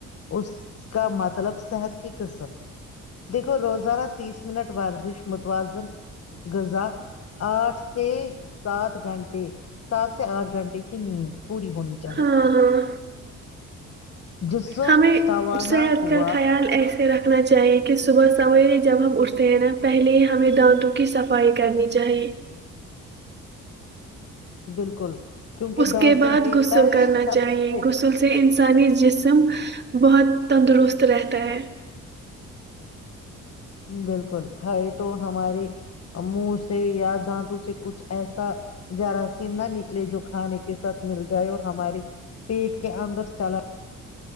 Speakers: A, on the left; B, on the right.
A: اس کا مطلب صحت کی قسم دیکھو روز گزا تیس منٹ ورزش متوازن غذہ آٹھ سے سات گھنٹے سات سے آٹھ گھنٹے کی نیند <unintelligible> پوری ہونی چاہیے
B: ہاں
A: <unintelligible>
B: ہاں
A: جسم
B: ہمیں
A: توانا
B: صحت
A: ہوا
B: کا خیال
A: <unintelligible>
B: ایسے رکھنا چاہیے کہ صبح سوے جب ہم اٹھ <unintelligible> تے ہیں نا پہلے ہی ہمیں دانتوں کی صفائی کرنی چاہیے
A: بالکل <unintelligible>
B: اس
A: دانتوں
B: کے بعد غسل
A: پہلے
B: کرنا
A: سب
B: چاہیے
A: سے
B: غسل سے انس <unintelligible> سانی جسم بہت تندرست رہتا ہے <unintelligible>
A: بالکل ہے یہ تو ہمارے منہ سے یاد دانتوں سے کچھ ایسا جراثیم نہ نکلے جو کھانے کے ساتھ <unintelligible> مل جائے اور ہمارے پیٹ <unintelligible> کے اندر چلا